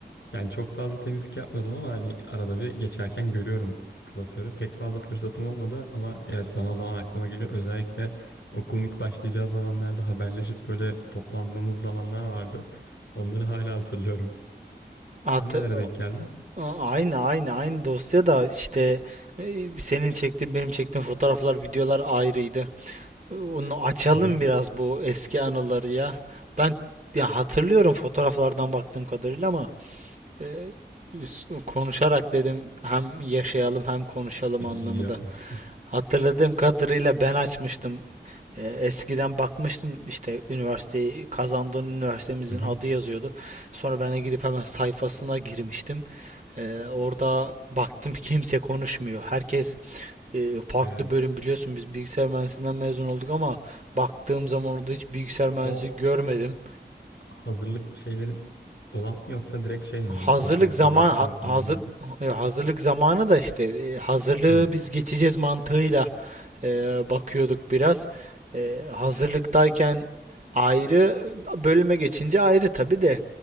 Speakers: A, on the left (about 85°); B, on the right (about 40°).
A: Yani çok fazla temizlik yapmıyordum ama hani arada bir geçerken görüyorum klasörü. Pek fazla fırsatım olmadı ama evet zaman zaman aklıma geliyor. Özellikle okulun ilk başlayacağı zamanlarda haberleşip böyle toplandığımız zamanlar vardı. Onları hala hatırlıyorum.
B: Atı
A: Sen nelere denk geldin?
B: A- aynı aynı aynı dosya da işte e, senin çektiğin benim çektiğim fotoğraflar, videolar ayrıydı. E, Onu açalım
A: Hı hı.
B: biraz bu eski anıları ya. Ben ya hatırlıyorum fotoğraflardan baktığım kadarıyla ama e, s- konuşarak dedim hem yaşayalım hem konuşalım
A: <laughs>
B: anlamında.
A: İyi yapmışsın.
B: Hatırladığım kadarıyla ben açmıştım. E, eskiden bakmıştım işte üniversiteyi kazandığın üniversitemizin
A: Hı hı.
B: adı yazıyordu. Sonra ben de gidip hemen sayfasına girmiştim. E, orada baktım kimse konuşmuyor. Herkes e, farklı
A: Evet.
B: bölüm biliyorsun biz bilgisayar mühendisliğinden mezun olduk ama baktığım zaman orada hiç bilgisayar mühendisi
A: O
B: görmedim.
A: hazırlık şeylerin olan mı yoksa direkt şey mi?
B: Hazırlık
A: Hani internette
B: zaman
A: baktığın
B: ha-
A: grubu
B: hazır
A: mu diyor?
B: e, hazırlık zamanı da işte e, hazırlığı
A: Hı.
B: biz geçeceğiz mantığıyla e, bakıyorduk biraz. E, hazırlıktayken ayrı bölüme geçince ayrı tabii de